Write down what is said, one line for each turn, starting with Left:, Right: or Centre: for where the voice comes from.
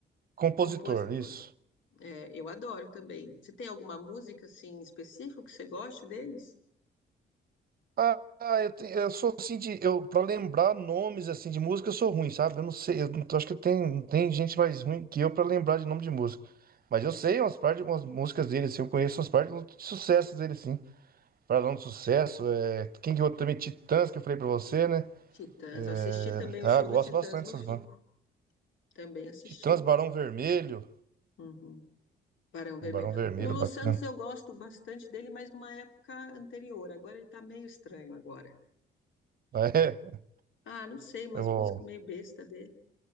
Right: Compositor,
Left: Compositor.
Right: isso.
Left: É, eu adoro também. Você tem alguma música, assim, específica que você goste deles?
Right: Ah, ah, eu, te- eu sou assim de. Eu, pra lembrar nomes assim de música, eu sou ruim, sabe? Eu não sei. Eu não- acho que tem, tem gente mais ruim que eu pra lembrar de nome de música. Mas eu sei umas partes, umas músicas dele, assim, eu conheço umas partes de sucessos dele, sim. Paralão do Sucesso, é, quem que eu também, Titãs, que eu falei pra você, né?
Left: Titãs.
Right: É,
Left: Eu assisti também
Right: ah,
Left: o show
Right: gosto
Left: do Titãs
Right: bastante
Left: no
Right: dessas
Left: Fico.
Right: bandas.
Left: Também assisti.
Right: Titãs, Barão Vermelho.
Left: Uhum. Barão Vermelho.
Right: Um Barão Vermelho,
Left: Lulu
Right: bacana.
Left: Santos eu
Right: <laughs>
Left: gosto bastante dele, mas numa época anterior. Agora ele tá meio estranho agora.
Right: Ah, É,
Left: Ah, não sei, umas
Right: eu,
Left: músicas meio besta dele.